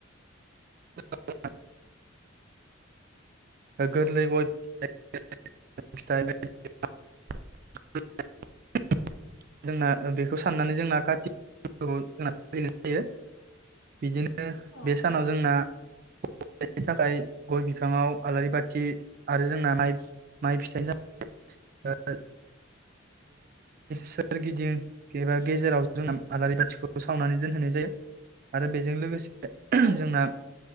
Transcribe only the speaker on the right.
<unintelligible> गोरलै <unintelligible> जोंना ओ बेखौ साननानै जोंना काति <unintelligible> ‌ यो बिदिनो
बे सानाव जोंना <unintelligible> थाखाय गय बिफाङाव आलारि बाथि आरो जोंना माइ-माइ फिथाइनि <unintelligible> <unintelligible> सोरगिदिं एबा गेजेराव जोंना आलारि बाथिखौ सावनानै दोनहोनाय जायो आरो बेजों लोगोसे <unintelligible>
जोंना